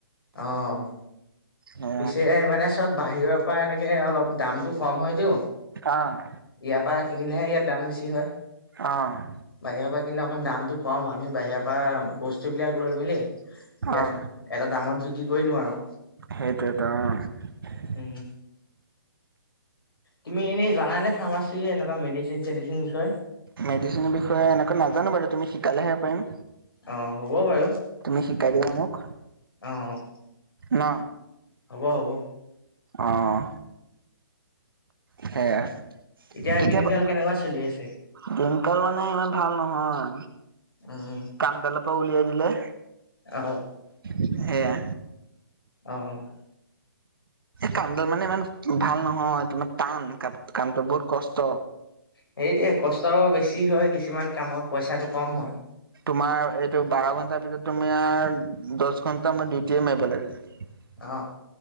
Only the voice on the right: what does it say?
উম।
অ'।
অ'।
অ'
সেইটোৱেটো অ'।
মেডিচনৰ বিষয়ে এনেকা নাজানো বাৰু তুমি শিকালেহে পাৰিম।
তুমি শিকাই দিবা মোক
ন।
অঁ সেয়া।
কেতিয়াবা
দিনকাল মানে ইমান ভাল নহয়।
কান্দালৰ পৰা উলিয়াই দিলে।
<unintelligible> সেয়া।
কামডাল মানে ইমান ভাল নহয়, তোমাৰ টান কা কামটো বহুত কষ্ট।
তোমাৰ এইটো বাৰ ঘন্টাৰ ভিতৰত তুমাৰ দছ ঘন্টা মই ডিউটিয়ে মাৰিব লাগে। <unintelligible>